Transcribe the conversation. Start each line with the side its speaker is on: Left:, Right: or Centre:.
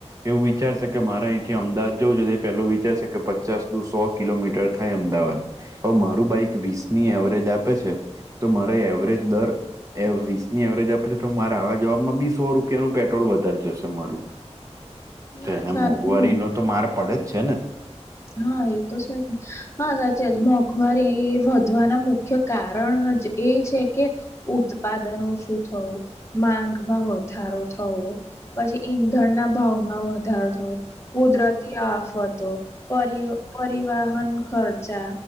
Right: એવું વિચારશે કે મારા અહીંથી અમદાવાદ જઉં જો પેલું વિચારશે કે પચાસ દુ સો કિલોમીટર થાય અમદાવાદ. હ મારું બાઈક વીસની એવરેજ આપે છે તો મારે એવરેજ દર એ વીસ ની એવરેજ આપે છે તો મારા આવા જવાબમાં બી સો રૂપિયાનું પેટ્રોલ વધારે જશે મારું.
Left: <inaudible>
Right: તો એને
Left: સાચું
Right: મોંઘવારીનો તો માર પડે જ છે ને.
Left: હા એ તો છે ને હા સાચ મોંઘવારી એ વધવાના મુખ્ય કારણ જ એ છે કે ઉત્પાદનો શું થવું માંગમાં વધારો થવો. પછી ઈંધણના ભાવમાં વધારો થયો કુદરતી થી આફતો પરી પરિવહન ખર્ચા